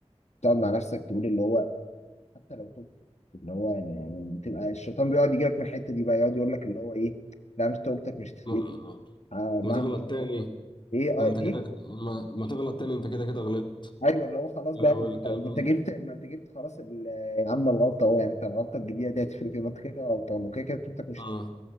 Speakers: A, on the left (about 85°); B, on the left (about 45°).
A: تقعد مع نفسك تقول اللي هو حتى لو تبت اللي هو يعني, يعني تبقى الشيطان بيقعد يجيلك من الحتة دي بقى يقعد يقول لك اللي هو ايه لا مش توبتك مش تفيد
B: ما
A: آه
B: ما
A: مهما
B: تغلط
A: عملت.
B: تاني
A: ايه
B: ما
A: آه
B: انت كده
A: ايه
B: ما, ما تغلط تاني انت كده كده غلطت
A: ايوه اللي هو خلاص بقى
B: لو الكلام
A: ما انت جبت ما انت جبت خلاص ال- يا عم الغلطه اهو يعني انت الغلطه الجديده دي هتفرق ايه ما انت كده كده غلطان وكده كده بتوبتك مش
B: اه
A: هتفرق،